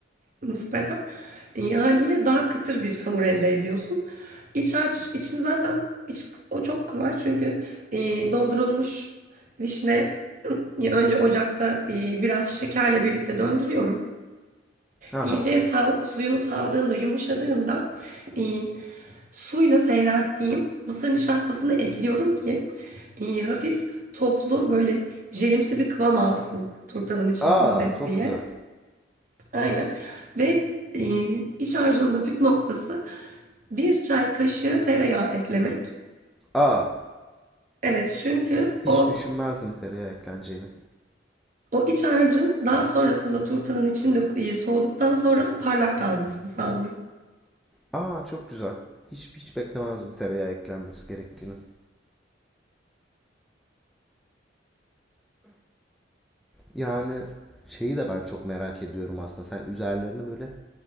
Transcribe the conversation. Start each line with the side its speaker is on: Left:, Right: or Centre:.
Right: nispeten e, haliyle daha kıtır bir hamur elde ediyorsun. İç harç için zaten iç, o çok kolay çünkü e, dondurulmuş vişne e, önce ocakta e, biraz şekerle birlikte döndürüyorum.
Centre: Hı hı.
Right: İyice sal- suyunu saldığında, yumuşadığında e, suyla seyrettiğim mısır nişastasını ekliyorum ki e, hafif toplu böyle jelimsi bir kıvam alsın turtanın içinde
Centre: Aa çok
Right: diye.
Centre: güzel.
Right: Aynen. Ve e, iç harcının da püf noktası bir çay kaşığı tereyağı eklemek.
Centre: Aa.
Right: Evet çünkü
Centre: Hiç
Right: o
Centre: düşünmezdim tereyağı ekleneceğini.
Right: o iç harcın daha sonrasında turtanın içinde e, soğuduktan sonra da parlak kalmasını sağlıyor.
Centre: Aa çok güzel. Hiç hiç beklemezdim tereyağı eklenmesi gerektiğini. Yani şeyi de ben çok merak ediyorum aslında. Sen üzerlerini böyle